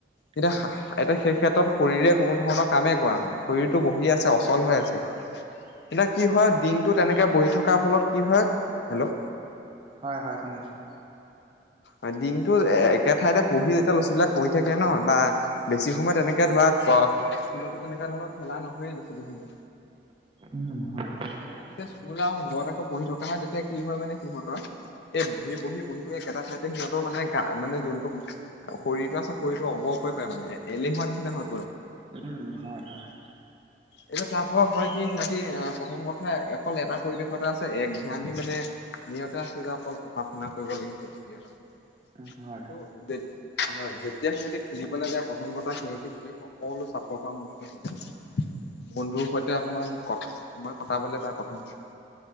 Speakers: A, on the left (about 65°); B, on the right (about 30°).
A: এতিয়া
B: হয় হয়
A: এটা শেষ ক্ষেত্ৰত শৰীৰে কোনো ধৰণৰ কামেই কৰা নাই শৰীৰতটো বহি আছে অচল হৈ আছে। এতিয়া কি হয় দিনটো তেনেকে বহি থকাৰ ফলত কি হয় হেল্ল'।
B: হয়, হয় শুনি আছো।
A: আ দিন। টো এ একে ঠাইতে পঢ়ি যেতিয়া ল'ৰা ছোৱালবলাক পঢ়ি থাকে ন বা বেছি সময় তেনেকে ধৰা তেনেুৱা ধৰণৰ খেলা নহয় ল' ছোৱালীখিনি।
B: উম হয়
A: তেনেকে যেতিয়া স্কুল আও ঘৰত আকৌ পঢ়ি থকা হয় তেতিয়া কি হয় মানে সিহতৰ এই বহি, বহি, বহি, বহি একেটা ঠাইতে সিহতৰ মানে মানে যোনতটো শৰীৰটো আছে শৰীৰটো অৱস হৈ পায় মানে এলেহুৱা নিচিনা হয়
B: উম, হয়, হয়।
A: এতিয়া তাৰ পৰা হয় কি সিহঁতি প্ৰথম কথা অকল এটা পৰিৱেশতে আছে একঘামি মানে সহঁতে আছে যে অকল পঢ়া শুনা কৰিব লাগে সেইটো হেৰি আছে
B: উম
A: কিন্তু
B: হয়
A: হয় যেতিয়া সিহঁতি খেলিবলৈ যায় প্ৰথম কথা সিহঁতি সেই সকলো চাপৰ পৰা মুক্ত হৈ যায় বন্ধুৰ সৈতে অকমান ক সময় কটাবলে পায় প্ৰথম কথা।